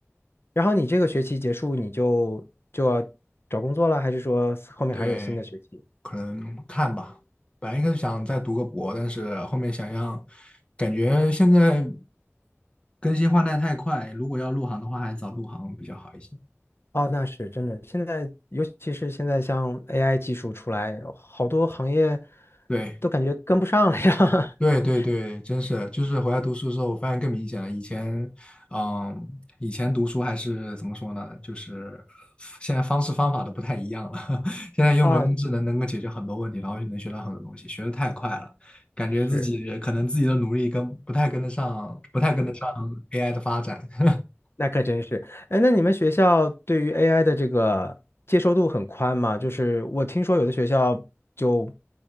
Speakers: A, on the left (about 55°); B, on the left (about 20°).
A: 然后你这个学期结束，你就就要找工作了，还是说后面还有新的学期？
B: 对，可能看吧。本来一开始想再读个博，但是后面想想，感觉现在更新换代太快，如果要入行的话，还是早入行比较好一些。
A: 哦，那是真的。现在，尤其是现在像 AI 技术出来，好多行业
B: 对。
A: 都感觉跟不上了呀。
B: 对对对，
A: <laughs>
B: 真是，就是回来读书的时候，我发现更明显了。以前，嗯，以前读书还是怎么说呢？就是现在方式方法都不太一样了。<laughs> 现在用人工智能能够解决很多问题，
A: 啊，
B: 然后能学到很多东西，学的太快了，感觉自己可能自己的努力跟不太跟得上，
A: 是。
B: 不太跟得上 AI 的发展。<laughs>
A: 那可真是，哎，那你们学校对于 AI 的这个接受度很宽吗？就是我听说有的学校就，